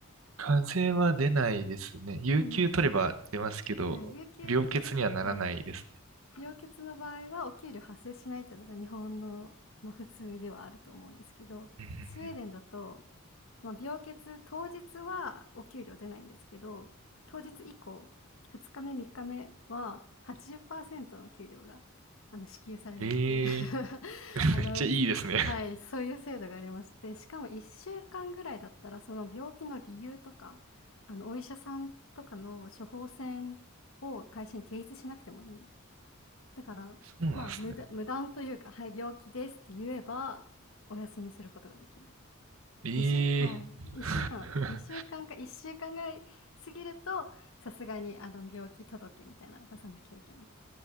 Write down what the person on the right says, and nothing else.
風邪は出ないですね。有給取れば出ますけど、
病欠にはならないです
ね。う
んうんうん。ええー
めっちゃいいですね。
<laughs> そうなんですね。
ええ
ー